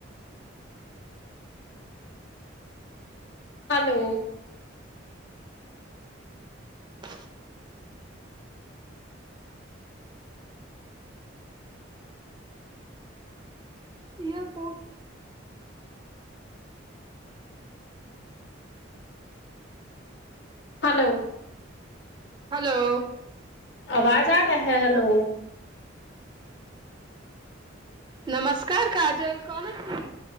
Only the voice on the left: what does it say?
हेलो
हेलो
<unintelligible> आवाज आ रहाै हलो <unintelligible>